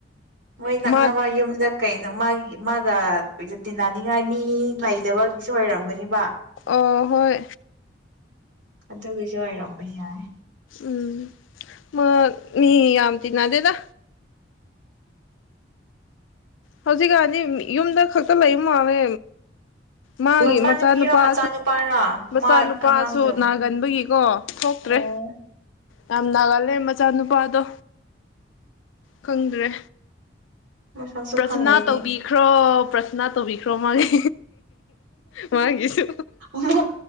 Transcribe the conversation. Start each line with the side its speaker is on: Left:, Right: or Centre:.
Right: ꯃꯣꯏ ꯅꯛꯅꯕ
Left: ꯃꯥ
Right: ꯌꯨꯝꯗ ꯀꯩꯅꯣ ꯃꯥꯒꯤ ꯃꯥꯒ <unintelligible> ꯇꯤꯟꯅꯅꯤꯡꯉꯥꯏ ꯃꯤ ꯂꯩꯇꯕꯒꯤꯁꯨ ꯑꯣꯏꯔꯝꯒꯅꯤꯕ
Left: ꯑꫭ ꯍꯣꯏ
Right: ꯑꯗꯨꯒꯤꯁꯨ ꯑꫭꯏꯔꯝꯕ ꯌꯥꯏ
Left: ꯎꯝ ꯃ ꯃꯤ ꯌꯥꯝ ꯇꯤꯟꯅꯗꯦꯗ ꯍꯧꯖꯤꯛꯀꯥꯟꯗꯤ ꯌꯨꯝꯗ ꯈꯛꯇ ꯂꯩꯕ ꯃꯥꯜꯂꯦ ꯃꯥꯒꯤ
Right: ꯃꯆꯥꯅꯨꯄꯤꯔ
Left: ꯃꯆꯥꯅꯨꯄꯥꯁꯨ
Right: ꯃꯆꯥꯅꯨꯄꯥꯔ
Left: ꯃꯆꯥꯅꯨꯄꯥꯁꯨ
Right: ꯃꯥ ꯑꯉꯥꯡꯗꯣ
Left: ꯅꯥꯒꯟꯕꯒꯤꯀꯣ ꯊꯣꯛꯇ꯭ꯔꯦ
Right: ꯑꯣ
Left: ꯌꯥꯝ ꯅꯥꯒꯜꯂꯦ ꯃꯆꯥꯅꯨꯄꯥꯗꯣ ꯈꯪꯗ꯭ꯔꯦ
Right: ꯃꯁꯛꯁꯨ
Left: ꯄ꯭ꯔꯊꯅꯥ
Right: ꯈꯪꯗꯦ ꯑꯩꯗꯤ
Left: ꯇꯧꯕꯤꯈ꯭ꯔꯣ ꯄ꯭ꯔꯊꯅꯥ ꯇꯧꯕꯤꯈ꯭ꯔꯣ ꯃꯥꯒꯤ ꯃꯥꯒꯤꯁꯨ
Right: ꯃ